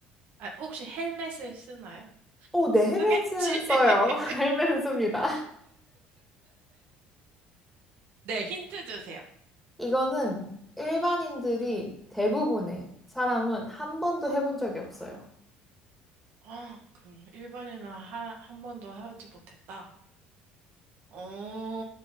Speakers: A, on the right; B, in the centre.
A: 아, 혹시 헬멧을 쓰나요?
B: 오, 네,
A: 쓰겠지.
B: 헬멧은 써요.
A: <laughs>
B: <laughs> 헬멧은 씁니다.
A: 네, 힌트 주세요.
B: 이거는 일반인들이 대부분의 사람은 한 번도 해본 적이 없어요.
A: 아, 그럼 1번이나 한 번도 하지 못했다. 어,